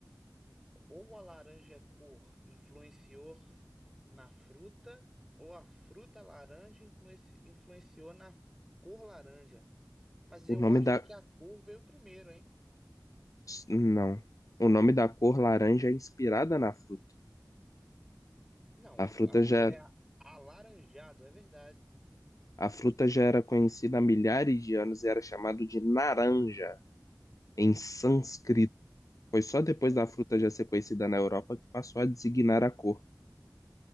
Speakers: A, in the centre; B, on the left (about 50°).
A: Ou a laranja cor influenciou na fruta, ou a fruta laranja influenci- influenciou na cor laranja. Mas
B: O
A: eu
B: nome
A: acho
B: da...
A: que a cor veio primeiro, hein?
B: Não. O nome da cor laranja é inspirada na fruta.
A: Não,
B: A
A: a,
B: fruta
A: a cor
B: já
A: é a- alaranjado, é verdade.
B: A fruta já era conhecida há milhares de anos e era chamado de naranja em sânscrito.
A: Não, mas
B: Foi só depois
A: isso é-
B: da fruta já ser conhecida na Europa que passou a designar a cor.